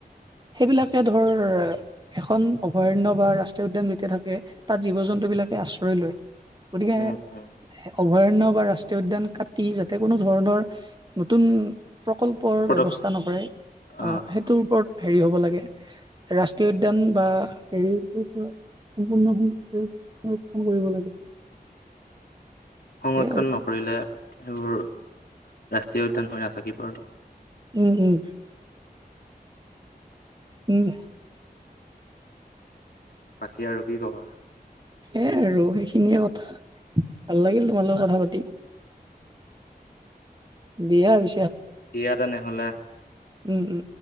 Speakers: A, on the right; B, on the left.
A: সেইবিলাকে ধৰ এখন অভয়াৰণয় বা ৰাষ্ট্ৰীয় উদ্যান যেতিয়া থাকে তাত জীৱ, জন্তু বিলাকে আশ্ৰয় লয়, গতিকে
B: উম, উম।
A: অভয়াৰণ্য বা ৰাষ্ট্ৰীয় উদ্যান ক যাতে কোনো ধৰণৰ নতুন প্ৰকল্পৰ
B: পদক
A: ব্যৱস্থা নকৰে
B: অ', অ'।
A: সেইটোৰ ওপৰত। হেৰি হ'ব লাগে, ৰাষ্ট্ৰীয় উদ্যান বা হেৰি সম্পূৰ্ণৰক্ষণ কৰিব লাগে।
B: সংৰক্ষণ
A: সেইয়াই আৰু
B: নকৰিলে, সেইবোৰ ৰাষ্ট্ৰীয় উদ্যান হৈ নাথাকিব আৰু।
A: উম, উম, উম।
B: বাকী আৰু কি ক'বা
A: এ, আৰু সেইখিনিয়ে কথা ভাল লাগিল, তোমাৰ লগত কথা পাতি। দিহা পি
B: দিয়া, তেনেহলে।
A: উম, উম, উ।